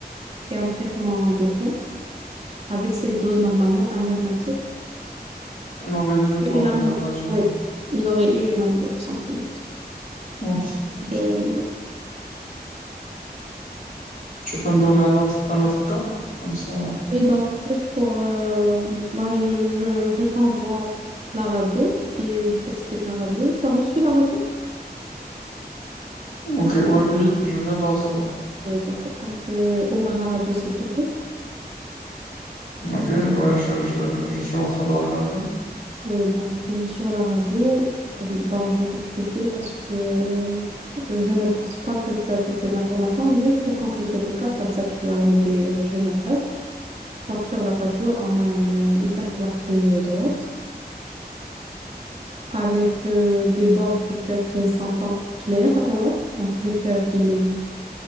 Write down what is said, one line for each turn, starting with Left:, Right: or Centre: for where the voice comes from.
Right: c'est un traitement de fond. Avec cette dose, normalement, un asthmatique,
Left: On aurait dû voir
Right: une amie,
Left: euh, un résultat.
Right: oui, il aurait eu une amélioration clinique.
Left: Ok, ok.
Right: Euh, oui.
Left: Tu peux me donner un autre, un autre cas? Comme ça.
Right: Oui, donc, juste pour... euh, bah, je, je, je t'envoie la radio et je t'explique la radio. Tu as reçu la radio?
Left: Ok, ouais, oui, oui, je viens de la recevoir.
Right: Oui, d'accord. Donc, euh, ouvre la radio, s'il te plaît.
Left: Ok, ouais, je, je, je suis en train de la regarder.
Right: Oui, donc euh, sur la radio, euh, bon, je vais t'expliquer parce que euh, je ne pense pas que tu as toutes ces informations, mais juste pour compléter le cas, comme ça tu as une idée euh, générale. Donc sur la radio, on a une euh, hyper clarté euh, droite avec euh, des bords du cœur qui ne sont pas clairs à droite. Donc le cœur, il est,